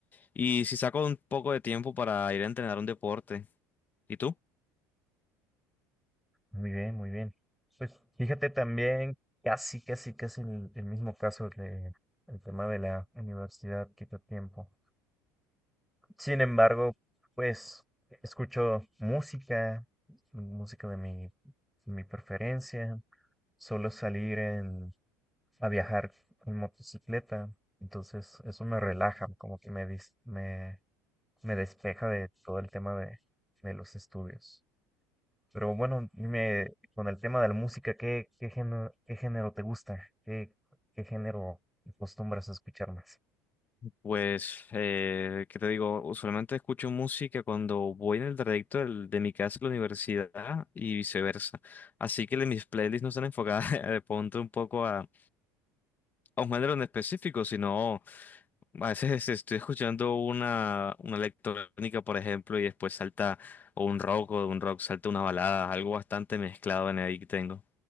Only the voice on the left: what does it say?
y si saco un poco de tiempo para ir a entrenar un deporte. ¿Y tú?
Pues, eh, ¿qué te digo? Usualmente escucho música cuando voy en el trayecto del- de mi casa a la universidad y viceversa. Así que le- mis playlists no están enfocadas <laughs> de pronto un poco a, a un género en específico, sino a veces estoy escuchando una, una electrónica, por ejemplo, y después salta o un rock o de un rock salta una balada, algo bastante mezclado en ahí que tengo.